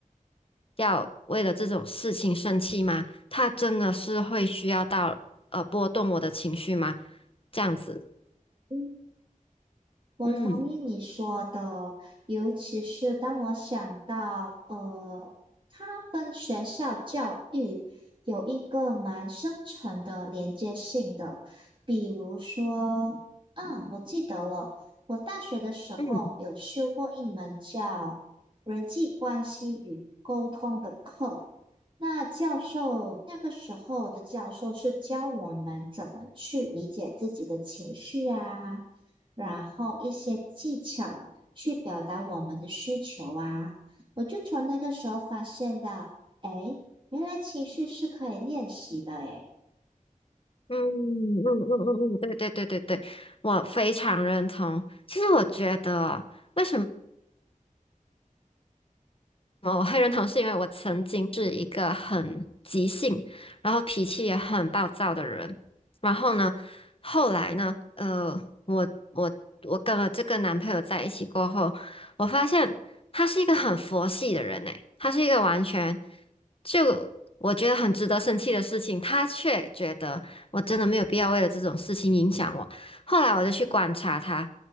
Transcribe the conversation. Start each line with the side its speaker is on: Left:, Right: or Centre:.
Left: 要为了这种事情生气吗？他真的是会需要到呃波动我的情绪吗？这样子，
Right: 嗯，我同意你说的，
Left: 嗯。
Right: 尤其是当我想到，呃，它跟学校教育有一个蛮深层的连接性的。比如说，嗯，我记得了，我大学的时候有修过一门叫人际关系与沟通的课。
Left: 嗯
Right: 那教授，那个时候的教授是教我们怎么去理解自己的情绪呀。然后一些技巧去表达我们的需求啊。我就从那个时候发现到，哎，原来情绪是可以练习的，哎。
Left: 嗯嗯嗯嗯嗯，对对对对对，我非常认同。其实我觉得，为什么？我会认同，是因为我曾经是一个很急性，然后脾气也很暴躁的人。然后呢，后来呢，呃，我我我跟了这个男朋友在一起过后，我发现他是一个很佛系的人诶，他是一个完全就我觉得很值得生气的事情，他却觉得我真的没有必要为了这种事情影响我。后来我就去观察他